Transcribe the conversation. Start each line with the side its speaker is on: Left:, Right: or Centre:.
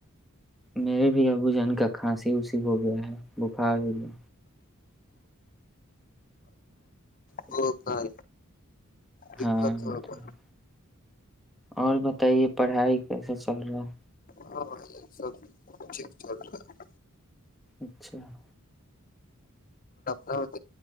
Centre: میرے بھی ابو جن کا کھانسی وسی ہو گیا ہے بخار ہویا اچ
Left: وہ
Centre: <unintelligible>
Left: کا دقت
Centre: ہاں
Left: ہوگا
Centre: تو <unintelligible> اور بتائیے پڑھائی کیسا چل رہا ہے
Left: ہاں بھائی جان سب ٹھیک چل رہا ہے
Centre: اچھا <unintelligible>
Left: ہد